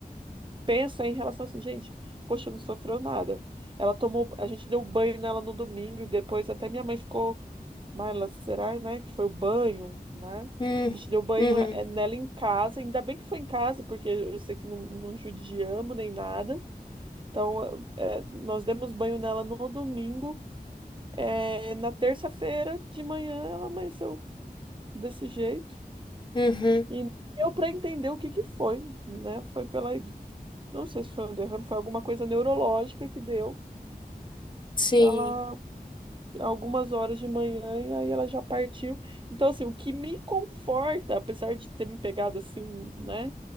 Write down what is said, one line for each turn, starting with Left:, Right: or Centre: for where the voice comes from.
Right: pensa em relação assim, gente, poxa, não sofreu nada. Ela tomou, a gente deu banho nela no domingo e depois até minha mãe ficou, Marla, será, né, que foi o banho, né?
Left: uhum,
Right: A gente deu banho
Left: uhum,
Right: eh, nela em casa, ainda bem que foi em casa, porque eu sei que não, não judiamos nem nada. Então, eh, nós demos banho nela no domingo. Eh, na terça-feira de manhã ela amanheceu desse jeito.
Left: uhum,
Right: E nem deu para entender o que que foi, né? Foi pela. Não sei se foi um derrame, foi alguma coisa neurológica que deu,
Left: sim.
Right: que ela, algumas horas de manhã, e aí ela já partiu. Então, assim, o que me conforta, apesar de ter me pegado assim, né,